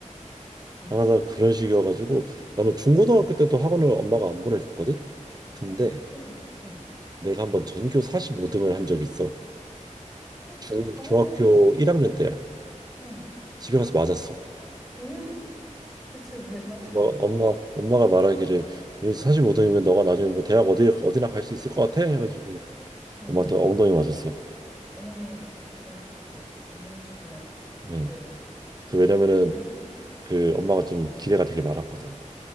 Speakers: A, in the centre; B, on the right (about 30°).
A: 진짜?
B: 항상 그런 식이어가지고 나는 중고등학교 때도 학원을 엄마가 안 보내줬거든. 근데
A: 응, 그럼, 응.
B: 내가 한번 전교 45등을 한 적이 있어.
A: 어,
B: 중,
A: 잘했네.
B: 중학교 1학년 때야.
A: 응.
B: 집에 가서 맞았어.
A: 왜? 대체 왜 맞은
B: 엄마,
A: 거야?
B: 엄마, 엄마가 말하기를 45등이면 너가 나중에 뭐 대학 어디, 어디나 갈 수 있을 것 같아? 해가지고
A: 응.
B: 엄마한테 엉덩이 맞았어.
A: 어머니의 그, 못 미쳤구나.
B: 응.
A: 기대에.
B: 그 왜냐면은
A: 그래?
B: 그 엄마가 좀 기대가 되게 많았거든.